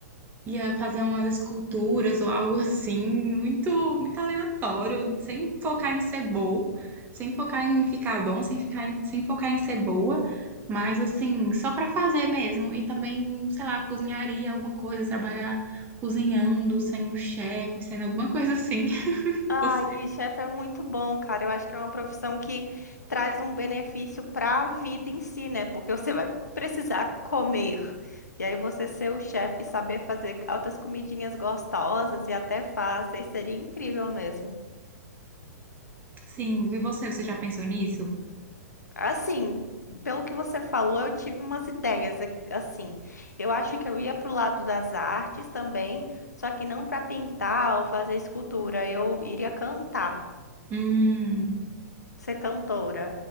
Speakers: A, on the right (about 20°); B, on the left (about 85°).
A: ia fazer umas esculturas ou algo assim, muito, muito aleatório, sem focar em ser bom, sem focar em ficar bom, sem ficar em- sem focar em ser boa, mas assim, só para fazer mesmo. E também, sei lá, cozinharia alguma coisa, trabalhar cozinhando, sendo chefe, sendo alguma coisa assim. <laughs> E
B: Ai,
A: Você?
B: chefe é muito bom, cara. Eu acho que é uma profissão que traz um benefício para a vida em si, né? Porque você vai precisar comer. E aí você ser o chefe e saber fazer altas comidinhas gostosas e até fáceis seria incrível mesmo.
A: Sim, e você? Você já pensou nisso?
B: Assim, pelo que você falou, eu tive umas ideias a- assim. Eu acho que eu ia pro lado das artes também, só que não para pintar ou fazer escultura. Eu iria cantar,
A: Hum,
B: ser cantora.